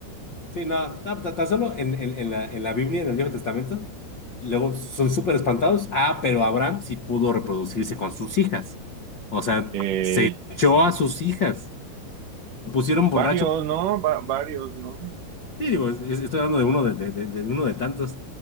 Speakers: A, on the left (about 80°); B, on the right (about 55°).
A: Sí, no, no, ta- tan solo en, en, en la, en la Biblia, en el Viejo Testamento, luego son súper espantados. Ah, pero Abraham sí pudo reproducirse con sus hijas. O sea,
B: Eh,
A: se echó a sus hijas. Lo pusieron borracho.
B: varios, ¿no? Va- varios, ¿no?
A: Sí, digo, es- es- estoy hablando de uno de, de, de- de uno de tantos.